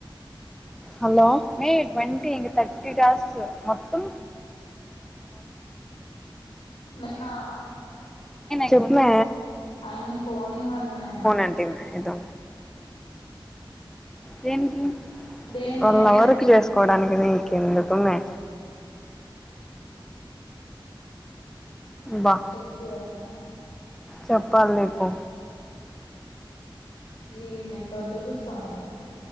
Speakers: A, in the centre; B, on the left.
A: హలో మే ట్వన్టీ ఇంకా తర్టీ టాస్క్ మొత్తం
B: మెర్నా
A: చెప్పు మీ
B: ఆ యమ్మీని ఫోన్ ఇయ్యమను మే
A: అంటే మే ఇదో దేనికి
B: దేనికి
A: వాళ్ళ
B: అంటే
A: లవ్ర్క్ చేసుకోవడానికి నీ కిందుకుమే బా
B: చెెప్ సువర్ణ
A: చెప్పాలి దీపు
B: ఈ నెంబర్ లో చూడుస్వామి నాకి